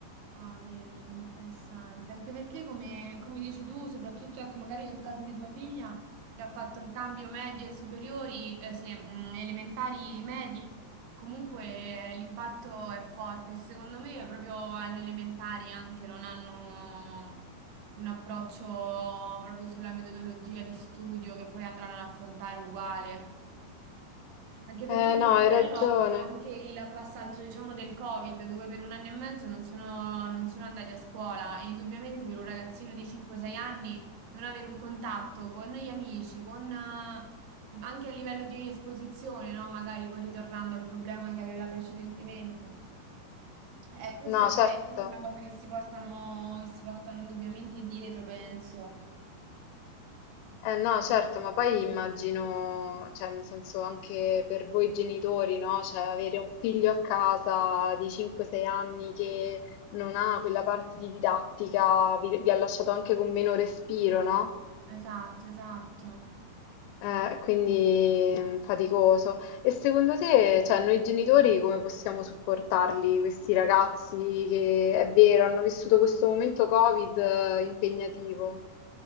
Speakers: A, on the right; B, on the left.
A: Ah, vedi, interessante. Anche perché, come, come dici tu, soprattutto ecco, magari nel caso di tua figlia, che ha fatto il cambio medie superiori, eh, se, mh, elementari medie, comunque eh, l'impatto è forte. Secondo me, proprio alle elementari anche non hanno un approccio proprio sulla metodologia di studio che poi andranno ad affrontare uguale. Anche perché
B: Eh
A: mio
B: no,
A: fratello
B: hai ragione.
A: ha avuto anche il passaggio, diciamo, del Covid, dove per un anno e mezzo non sono, non sono andati a scuola e indubbiamente per un ragazzino di 5-6 anni non avere un contatto con gli amici, con, eh, anche a livello di esposizione, no? Magari poi ritornando al problema che aveva precedentemente. Eh, questo
B: No, certo.
A: è tutta una cosa che si portano, che si portano indubbiamente dietro, penso.
B: Eh no, certo, ma poi immagino, cioè nel senso anche per voi genitori, no? Cioè avere un figlio a casa di 5-6 anni che non ha quella parte di didattica, vi, vi ha lasciato anche con meno respiro, no?
A: Esatto, esatto.
B: Eh, quindi mm, faticoso. E secondo te, cioè noi genitori come possiamo supportarli, questi ragazzi che è vero, hanno vissuto questo momento Covid eh, impegnativo?